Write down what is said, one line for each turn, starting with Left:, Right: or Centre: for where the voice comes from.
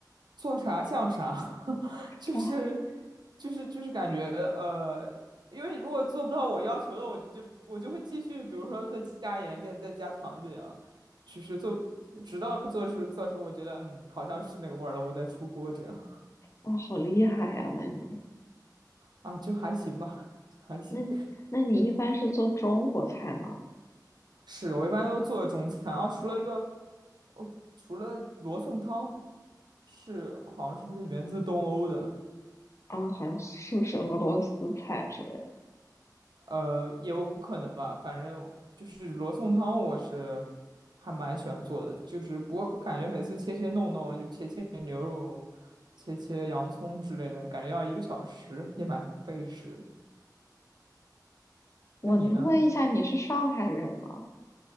Right: 做啥像啥，<laughs> 就是
Left: 哇
Right: 就是就是感觉呃，因为如果做不到我要求的，我就我就会继续，比如说再加盐、再再加糖这样，就是做直到做出做出我觉得嗯好像是那个味儿了，我再出锅这样
Left: 哇，好厉害呀！那你。
Right: 啊，就还行吧，<laughs> 就还行。
Left: 那你那你一般是做中国菜吗？
Right: 是我一般都做中餐啊，除了一个，我除了罗宋汤是好像是源自东欧的，
Left: 啊，好像是不是俄罗斯菜之类的？
Right: 呃，也有可能吧，反正就是罗宋汤我是还蛮喜欢做的，就是不过感觉每次切切弄弄就切切牛肉、切切洋葱之类的，感觉要一个小时，也蛮费时的
Left: 我能问一下你是上海人吗？
Right: 那你呢？